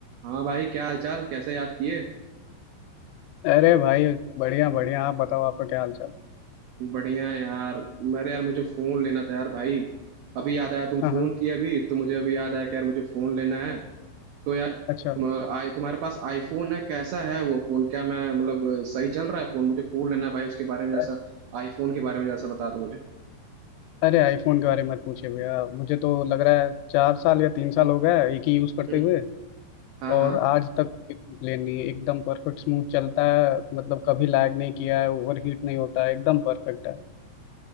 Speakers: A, on the right; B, on the left.
A: हाँ भाई क्या हाल चाल कैसे याद किए
B: अरे भाई बढ़िया बढ़िया आप बताओ आपका क्या हाल चाल
A: बढ़िया है यार मेरे यार मुझे फोन लेना था यार भाई अभी याद आया तुम फोन
B: हाँ हाँ
A: किए अभी तो मुझे अभी याद आया कि यार मुझे फोन लेना है तो यार
B: अच्छा
A: तुम आई तुम्हारे पास आईफोन है कैसा है वो फोन क्या मैं मतलब सही चल रहा है फोन मुझे फोन लेना है भाई उसके बारे में जैसा
B: अ-
A: आईफोन के बारे में जैसा बता दो मुझे
B: अरे आईफोन के बारे में मत पूछिए भैया मुझे तो लग रहा है चार साल या तीन साल हो गया है एक ही यूज़ करते
A: हम्म
B: हुए
A: हाँ
B: और
A: हाँ
B: आज तक कोई कंप्लेन नहीं है एकदम परफेक्ट स्मूथ चलता है मतलब कभी लैग नहीं किया है ओवर हीट नहीं होता है एकदम परफेक्ट है